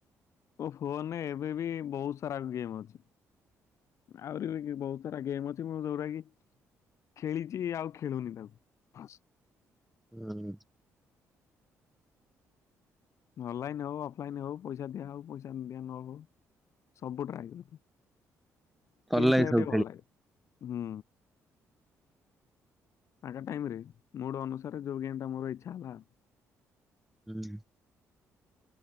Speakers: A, on the left (about 60°); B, in the centre.
A: ଓ ଫୋନରେ ଏବେ ବି ବହୁତ ସାରା ଗେମ ଅଛି ଆହୁରି ବି ବହୁତ ସାରା ଗେମ ଅଛି ମୁଁ ଯୋଉରୋ କି ଖେଳିଛି ଆଉ ଖେଳୁନି ତାକୁ
B: ହୁଁ
A: ଅନଲାଇନ ହଉ ଅଫଲାଇନ ହଉ ପଇସା ଦିା ହଉ ପଇସା ନିଦଆ ନଉ ସବୁ ଟାଏ ଗେମ୍
B: ଭଲ ଲାଗେ
A: ଖେଳିବାକୁ
B: ସବୁ
A: ଟିକେ ଭଲ ଲାଗେ ହୁଁ। ଆଙ୍କା ଟାଇମରେ ମୁଡ଼ ଅନୁସାରେ ଯୋଗ ଗେମ୍ଟା ମୋର ଇଚ୍ଛା ହେଲା।
B: ହୁଁ।